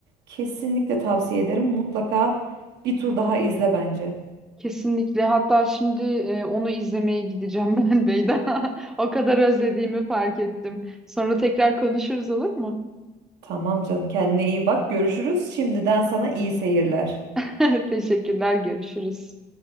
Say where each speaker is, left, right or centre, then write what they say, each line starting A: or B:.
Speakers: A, on the right; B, in the centre.
A: kesinlikle tavsiye ederim. Mutlaka bir tur daha izle bence.
B: Kesinlikle. Hatta şimdi e, onu izlemeye gideceğim ben Beyda. <laughs> O kadar özlediğimi fark ettim. Sonra tekrar konuşuruz olur mu?
A: Tamam canım, kendine iyi bak. Görüşürüz. Şimdiden sana iyi seyirler.
B: <laughs> Teşekkürler, görüşürüz.